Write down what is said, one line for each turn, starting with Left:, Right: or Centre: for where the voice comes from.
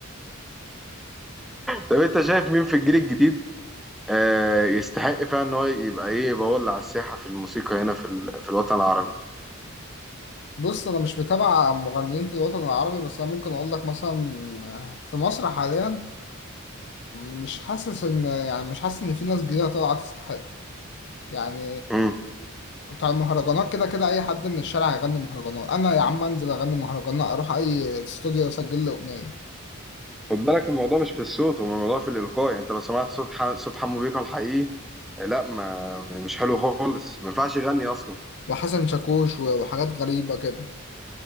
Centre: طب أنت شايف مين في الجيل الجديد آه يستحق فعلا ان هو يبقى ايه يبقى هو اللي على الساحه في الموسيقى هنا في ال- في الوطن العربي
Left: بص انا مش متابع مغنيين في الوطن العربي بس انا ممكن اقول لك مثلا آه، في مصر حاليا مش حاسس ان يعني مش حاسس ان في ناس جديدة طالعة تستحق يعني
Centre: امم
Left: بتاع المهرجانات كده كده اي حد من الشارع يغني مهرجانات انا يا عم انزل اغني مهرجانات اروح اي استوديو اسجل لي اغنية
Centre: خد بالك الموضوع مش في الصوت هو الموضوع في الالقاء يعني انت لو سمعت صوت ح... صوت حمو بيكا الحقيقي آه، لا ما مش حلو خالص ما ينفعش يغني اصلا
Left: وحسن شاكوش و- وحاجات غريبة كده